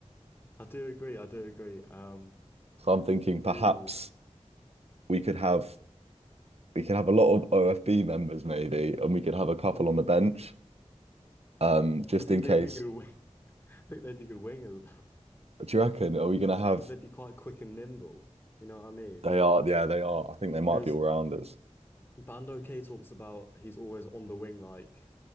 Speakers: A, on the left; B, on the right.
A: I do agree. I do agree. Um,
B: So I'm thinking perhaps
A: ooh,
B: we could have we could have a lot of OFB members maybe, and we could have a couple on the bench, um, just
A: I think
B: in case.
A: they'd be good. Wing- <laughs> I think they'd be good wingers.
B: Do you reckon? Are we gonna have?
A: because they'd be quite quick and nimble. You know what I mean?
B: They are, yeah, they are. I think they might
A: Because
B: be all rounders.
A: Bando K talks about he's always on the wing, like